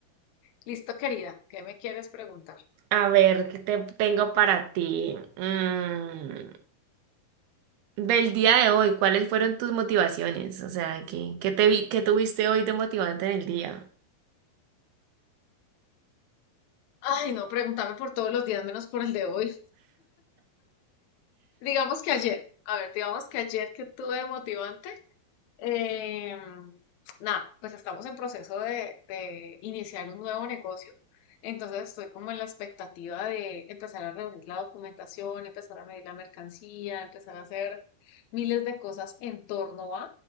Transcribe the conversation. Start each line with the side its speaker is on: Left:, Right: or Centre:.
Left: Listo, querida, ¿qué me quieres preguntar?
Right: A ver, ¿qué te tengo para ti? Mm, del día de hoy, ¿cuáles fueron tus motivaciones? O sea, ¿qué, qué te vi, qué tuviste hoy de motivante en el día?
Left: Ay, no, pregúntame por todos los días menos por el de hoy. Digamos que ayer, a ver, digamos que ayer que tuve de motivante, Eh, nada, pues estamos en proceso de, de iniciar un nuevo negocio. Entonces estoy como en la expectativa de empezar a reunir la documentación, empezar a medir la mercancía, empezar a hacer miles de cosas en torno a.